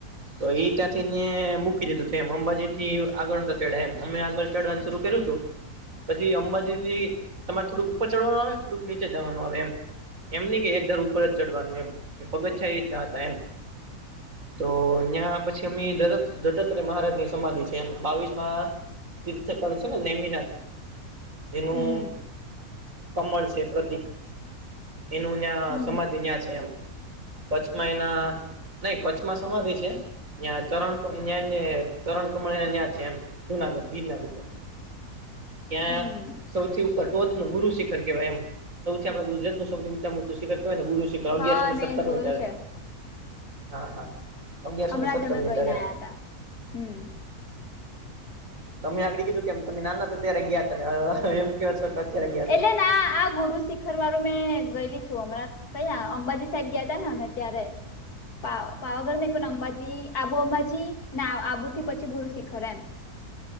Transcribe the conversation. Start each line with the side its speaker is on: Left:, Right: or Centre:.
Right: તો એ ત્યાંથી ને મૂકી દીધું છે એમ અંબાજી થી આગળ ચડ એમ અમે આગળ ચઢવાનું શરૂ કરું છું. પછી અંબાજીથી તમારે થોડુંક ઉપર ચડવાનું આવે થોડુંક નીચે જવાનું આવે એમ. એમની કે એક ધર ઉપર જ ચડવાનું એમ પગથિયા રીતના હતા એમ. તો ત્યાં પછી અ દત્તાત્રેય મહારાજ ની સમાધિ છે એમ બાવીસ માં તીર્થ કર છે ને નેમી ના જેનું
Left: હમ
Right: કમળ છે પ્રતીક. એનુંં
Left: હમ
Right: સમાધિ અં છે એમ કચ્છમાં એના નહી કચ્છમાં સમાધિ છે. ત્યાં ચરણ્યાં ચરણ કમળને્યાં છે એમ જુનાગઢ ગીરના પર ક્યાં?
Left: હમ
Right: સૌથી ઉપર ટોચનું ગુરુ શિખર કેવાય એમ સૌથી આપે ગુજતનુંૌથીઊંચાચુંિખરવાયને ગુરુશિખર.
Left: હા
Right: અગયારસો
Left: મેં
Right: સતર
Left: જોયું
Right: મીટર.
Left: છે
Right: હા હા અગિયારસોને
Left: હમણાં
Right: સત્તર
Left: જ અમે
Right: મીટર
Left: ગઈને
Right: એમ.
Left: આવ્યા હતા હમ
Right: તમે આગળડી કીધું કેમ તમે નાના હતા ત્યારે ગયા હતા વે એમ કેવા છો. અત્યારે ગયા છો.
Left: એટલે ના આ ગુરુ શી ર વારું મેં ગયેલી છું હમણાં કયા અંબાજી સાઈડ ગયા તા ને અમે ત્યારે. પાવાગઢ નઈ પણ અંબાજી આબુ અંબાજી આબુથી પછી ગુરુ શિખર એમ.